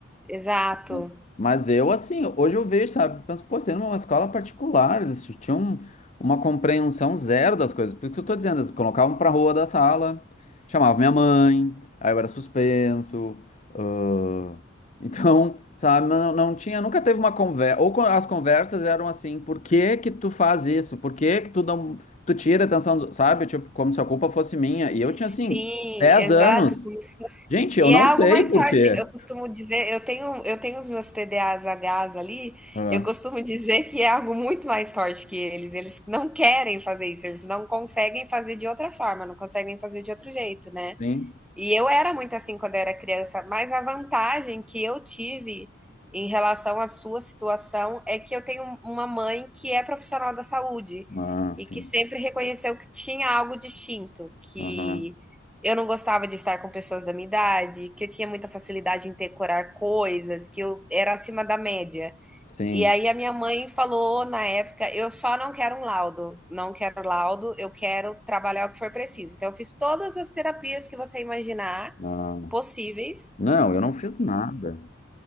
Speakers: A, in the centre; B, on the left (about 35°).
A: exato.
B: Mas, mas eu, assim, hoje eu vejo, sabe? Penso, pô, sendo uma escola particular, eles ti- tinham uma compreensão zero das coisas. Por isso que eu tô dizendo, eles colocavam pra rua da sala, chamavam minha mãe, aí eu era suspenso. ãh, Então, sabe, não, não tinha, nunca teve uma conversa. Ou co- as conversas eram assim, por que que tu faz isso? Por que que tu não, tu tira a atenção, do- sabe? Tipo, como se a culpa fosse minha.
A: Sim,
B: E eu tinha, assim, 10
A: exato,
B: anos.
A: como se fosse
B: Gente, eu
A: e
B: não
A: é algo
B: sei
A: mais
B: por
A: forte.
B: quê.
A: Eu costumo dizer, eu tenho eu tenho os meus TDAHs ali,
B: Ah,
A: eu costumo dizer que é algo muito mais forte que eles. Eles não querem fazer isso, eles não conseguem fazer de outra forma, não conseguem fazer de outro jeito, né.
B: sim.
A: E eu era muito assim quando era criança, mas a vantagem que eu tive em relação à sua situação é que eu tenho uma mãe que é profissional da saúde
B: Ah,
A: e
B: sim.
A: que sempre reconheceu que tinha algo distinto, que
B: Aham.
A: eu não gostava de estar com pessoas da minha idade, que eu tinha muita facilidade em decorar coisas, que eu era acima da média.
B: Sim.
A: E aí a minha mãe falou na época, eu só não quero um laudo, não quero laudo, eu quero trabalhar o que for preciso. Então eu fiz todas as terapias que você imaginar
B: Ah.
A: possíveis.
B: Não, eu não fiz nada.